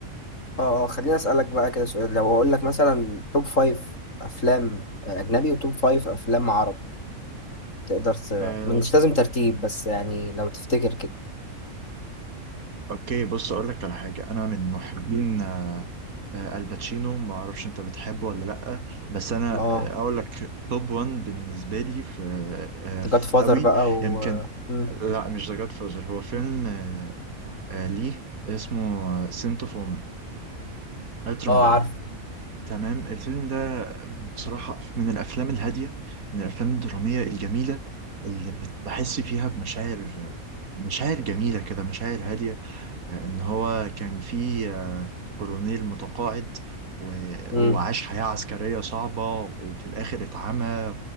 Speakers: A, on the left; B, on the right.
A: اه آه، خليني اسألك بقى كده سؤال لو اقول لك مثلا توب فايف افلام اجنبي وتوب فايف افلام عربي تقدر ت...
B: م.
A: مش لازم ترتيب بس يعني لو تفتكر كده
B: اوكي بص اقول لك على حاجه انا من محبين آه، آه، الباتشينو ما اعرفش انت بتحبه ولا لا بس انا
A: اه
B: آه، اقول لك توب 1 بالنسبه لي في, آه، آه، في
A: جاد فاذر
B: قوي
A: بقى و
B: يمكن
A: مم.
B: لا مش ذا جاد فازر هو فيلم آه، آه، ليه اسمه سنت اوف وومن عطر
A: اه
B: امراه
A: عارف
B: تمام الفيلم ده بصراحه من الافلام الهاديه من الافلام الدراميه الجميله اللي بت- بحس فيها بمشاعر مشاعر جميله كده مشاعر هاديه ان هو كان في آه، كولونيل متقاعد و-
A: مم.
B: وعاش حياة عسكرية صعبة وفي الآخر اتعمى